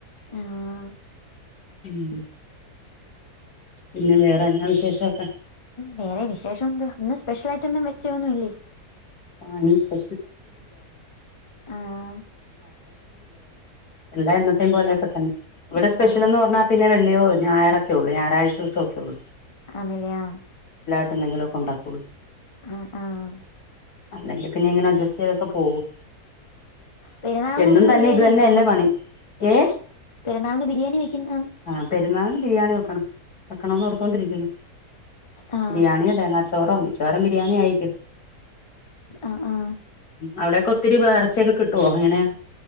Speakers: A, on the left; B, on the left.
A: ആാാ ഹ്
B: <inaudible> പിന്നെ വേറെ എന്നാ വിശേഷമൊക്കെ
A: വേറെ വിശേഷോന്ത് ഇന്ന് സ് <unintelligible>
B: <unintelligible> <inaudible> <inaudible>
A: ആഹ്
B: എല്ലാ എന്നത്തും പോലൊക്കെ തന്നെ ഇവിടെ
A: ആഹ്
B: സ്പെഷ്യൽ എന്ന് പറഞ്ഞാ പിന്നെ ള്ളിയോ ഞായറൊക്കെ ഉള്ളൂ ഞായറാഴ്ച ദിവസൊക്കെ ഉള്ളൂ
A: ആന്നില്ലയോ
B: എന്തെങ്കിലൊക്കെ ഒണ്ടാക്കുള്ളൂ
A: അ ആഹ്
B: അല്ലെങ്കിപ്പിന്നെ എങ്ങനെ അഡ്ജസ്റ്റ് ചെയ്തൊക്കെ പോകും
A: പെരുന്നാളിന്
B: എന്നും
A: എന്തോ
B: തന്നെ
A: ബിരിയാണി
B: ഇത് തന്നെയല്ലേ
A: വെക്കുന്ന
B: പണി ഏ
A: പെരുന്നാളിന് ബിരിയാണി വെക്കുന്ന
B: ആ പെരുന്നാളിന് ബിരിയാണി വെക്കണം വെക്കണോനോർത്തോണ്ടിയിരിക്കുന്നു
A: ആ
B: ബിരിയാണിയോ തേങ്ങാ ചോറോ മയി ചോറും ബിരിയാണിയും ആയിക്കോ
A: അ ആഹ്
B: അവിടൊക്കെ ഒത്തിരി വേ എറച്ചിയൊക്കെ കിട്ടുവോ എങ്ങനെയാ